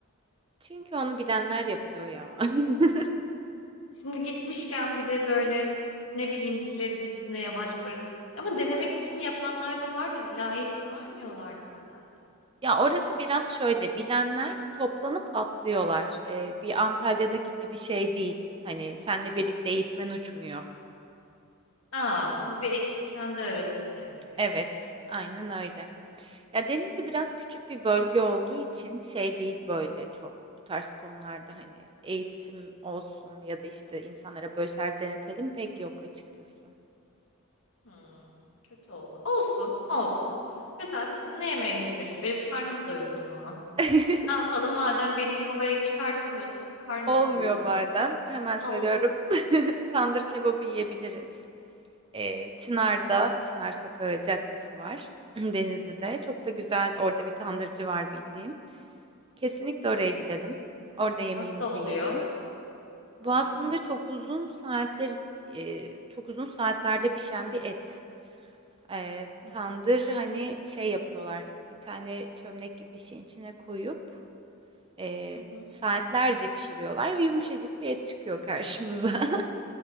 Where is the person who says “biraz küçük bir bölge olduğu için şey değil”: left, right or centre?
Right